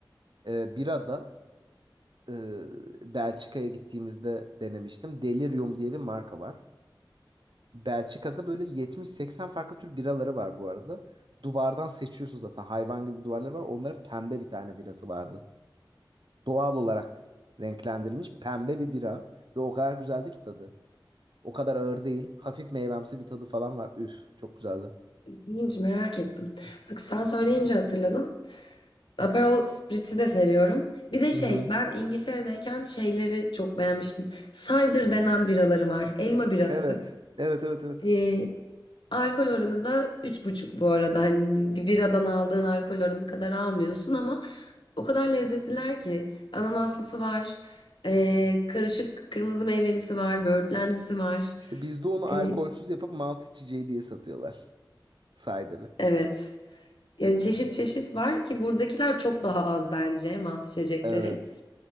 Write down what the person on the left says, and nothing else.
ilginç, merak ettim. Bak sen söyleyince hatırladım. Aperol Spritz'i de seviyorum. Bir de
şey
ben İngiltere'deyken şeyleri çok beğenmiştim. Cider denen biraları var. Elma birası.
E, alkol oranı da üç buçuk bu arada. Hani bir biradan aldığın alkol oranı kadar almıyorsun ama o kadar lezzetliler ki. Ananaslısı var. e, karışık kırmızı meyvelisi var. Böğürtlenlisi var.
Hani
Evet. Yani çeşit çeşit var ki buradakiler çok daha az bence malt içecekleri.